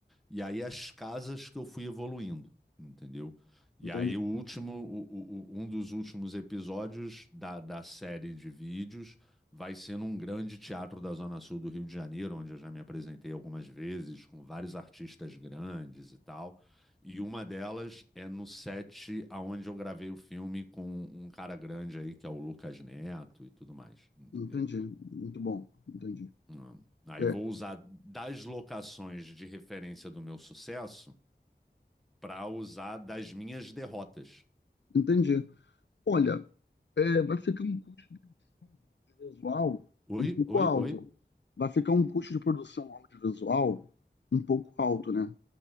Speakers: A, in the centre; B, on the left.
A: E aí as casas que eu fui evoluindo, entendeu? E
B: Entende?
A: aí o último, o- o- um dos últimos episódios da, da série de vídeos vai ser num grande teatro da Zona Sul do Rio de Janeiro, onde eu já me apresentei algumas vezes com vários artistas grandes e tal. E uma delas é no set aonde eu gravei o filme com um cara grande aí, que é o Lucas Neto e tudo mais, entendeu?
B: Entendi. Muito bom. Entendi.
A: Hum. Aí
B: É,
A: vou usar das locações de referência do meu sucesso para usar das minhas derrotas.
B: entendi. Olha, é, vai ficar um custo visual
A: Oi,
B: um pouco
A: oi,
B: alto.
A: oi.
B: Vai ficar um custo de produção audiovisual um pouco alto, né?